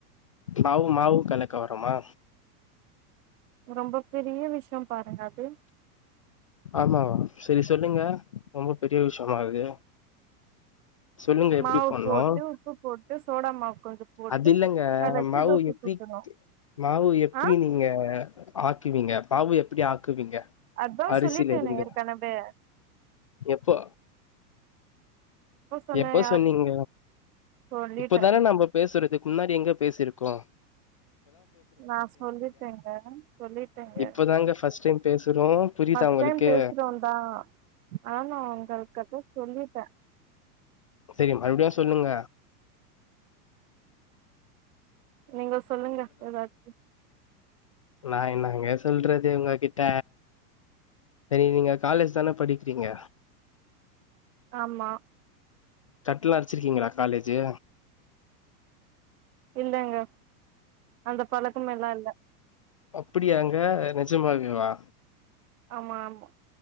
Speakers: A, on the left; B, on the right.
A: மாவு மாவும் கலக்க வருமா
B: ரொம்ப பெரிய விஷயம் பாருங்க அது
A: ஆமா செரி சொல்லுங்க ரொம்ப பெரிய விஷயமா அது சொல்லுங்க எப்டி
B: மாவு
A: பண்ணனும்
B: போட்டு உப்பு போட்டு சோடா மாவு கொஞ்சோ போட்டு
A: அது இல்லங்க
B: கலக்கி
A: மாவு
B: தோச
A: எப்டி
B: சுட்டணு
A: மாவு எப்டி
B: ஆ
A: நீங்க ஆக்குவீங்க மாவு எப்டி ஆக்குவீங்க
B: அதான்
A: அரிசில
B: சொல்லிட்டனே
A: இருந்து
B: ஏற்கனவே
A: எப்போ
B: சொன்னே
A: எப்போ
B: ஞாப்
A: சொன்னீங்க
B: சொல்லிட்டே
A: இப்ப தானே நம்ம பேசுற அதுக்கு முன்னாடி எங்க பேசிருக்கோம்
B: நா சொல்லிட்டேங்க சொல்லிட்டேங்க
A: இப்பதாங்க ஃபர்ஸ்ட் டைம் பேசுறோ புரியுதா
B: ஃபஸ்ட்
A: உங்களுக்கு
B: டைம் பேசுறோம் தா ஆனா நா உங்கக்கிட்ட சொல்லிட்டேன்
A: செரி மறுபடியும் சொல்லுங்க
B: நீங்க சொல்லுங்க ஏதாச்சும்
A: நான் என்னங்க சொல்றது உங்க கிட்ட செரி நீங்க காலேஜ் தானே படிக்கிறீங்க
B: ஆமா
A: கட்லாம் அடிச்சிருக்கீங்களா காலேஜு
B: இல்லங்க அந்த பழக்கமே எல்லா இல்ல
A: அப்டியாங்க நிஜமாவே வா
B: ஆமா ஆமா